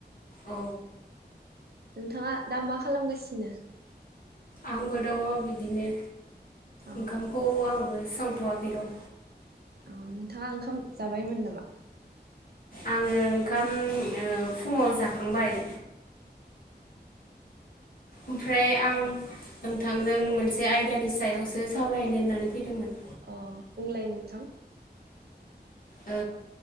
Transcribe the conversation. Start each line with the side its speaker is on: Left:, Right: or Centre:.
Left: अ
Right: नोंथाङा दा मा खालामगासिनो?
Left: आंबो दङ बिदिनो
Right: औ
Left: ओंखामखौ आंबो सोंथवाखै र
Right: औ नोंथाङा ओंखाम जाबायमोन नामा?
Left: आङो ओंखाम ओ फुङाव जाखांबाय ओमफ्राय आं नोंथांजों मोनसे आयदानि सायावसो सावरायनो होननानै फैदोंमोन
Right: अ बुंलाय नोंथां
Left: ओ